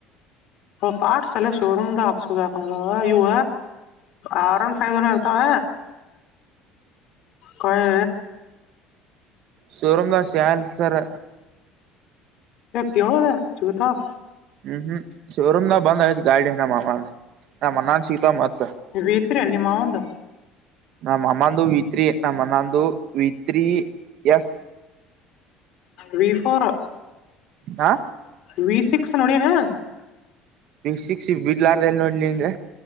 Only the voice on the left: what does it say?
ಪಾ್ಟ್ಸ್ ಎಲ್ಲ ಶೋರೂಮ್ ದ ಹಾಕ್ಸುದು ಯಾಕಂದ್ರೆ ಇವು ಆರ್ ಒನ್ ಫೈವ್ ನವ ಇರ್ತವ ಕಾಯ
ಕೇಳೋದ ಸಿಗುತ್ತಾವ
ವಿ ಭತ್ರಿ ಅ ನೀಮ್ಮವುಂದ
ವಿ ಫೋರ್
ವಿ ಸಿಕ್ಸ್ ನೋಡಿ ಏನು